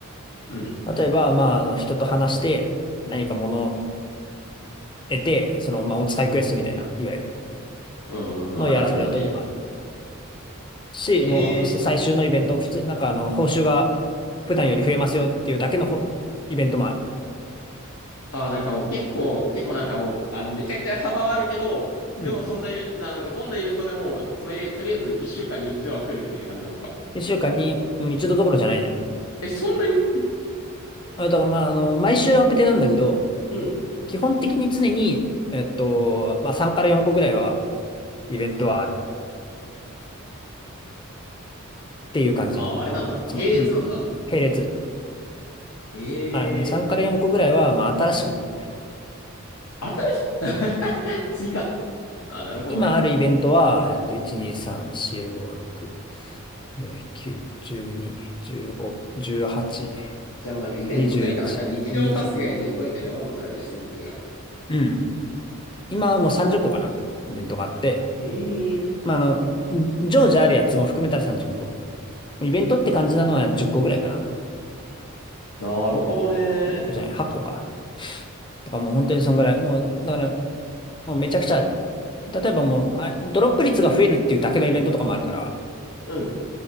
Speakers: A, on the left; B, on the left.
A: うん。
B: 例えば、まあ、あの、人と話して、何か物を得て、その、まあ、お使いクエストみたいな、いわゆる。
A: うん、うんうん、
B: のやらされる時もある
A: あるあるだね。
B: し、
A: へえ。
B: もう最終のイベント、普通になんかあの、報酬が普段より増えますよっていうだけのほイベントもある。
A: あ、なんかもう結構、結構なんかもう、あの、めちゃくちゃ幅はあるけど、
B: うん。
A: でもそんなイベント、な、なんかどんなイベントでも、つまり、とりあえず1週間に一度は来るみたいな感じなのか。
B: 一週間にうん一度どころじゃないね。
A: え、そんなに
B: あ、だからまあ、あの、毎週アップデなんだけど、
A: うん。
B: 基本的に常に、えっと、まあ3から4個ぐらいはイベントはあるっていう感じ。
A: あ、あれなんだ。
B: いつも。
A: 並列なんだ。
B: うん。並列。
A: へえ、
B: あ、3から4個ぐらいは、まあ新しく来る。
A: 新しい <laughs> 追加。あー、なるほどね。
B: 今あるイベントは、えっと、1、2、3、4、5、6、えー9、12、15、18、
A: じゃあもうなんかイベントというかなんか日常タスクがイベントみたいなもんなのか、
B: 21、24。
A: 実質的には。
B: うん。今はもう30個かなイベントがあって。
A: へえ、
B: まあ、あの、常時あるやつも含めたら30個。イベントって感じなのは10個ぐらいかな。
A: なるほどね。
B: 1個じゃない、8個か。とかもう本当にそんぐらい。もう、だから、もうめちゃくちゃある。例えばもう、あ、ドロップ率が増えるっていうだけのイベントとかもあるから、
A: うん。